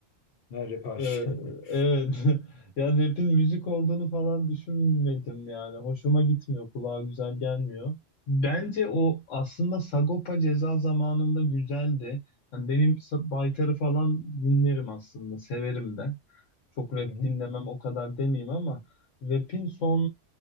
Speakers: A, on the left; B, on the left.
A: Ha, rap hariç.
B: Ee,
A: <laughs>
B: evet. <laughs> Ya rap'in müzik olduğunu falan düşünmedim yani. Hoşuma gitmiyor. Kulağa güzel gelmiyor. Bence o aslında Sagopa Ceza zamanında güzeldi. Yani benim Sa- Baytar'ı falan dinlerim aslında. Severim de. Çok rap
A: Hı hı.
B: dinlemem o kadar demeyeyim ama rap'in son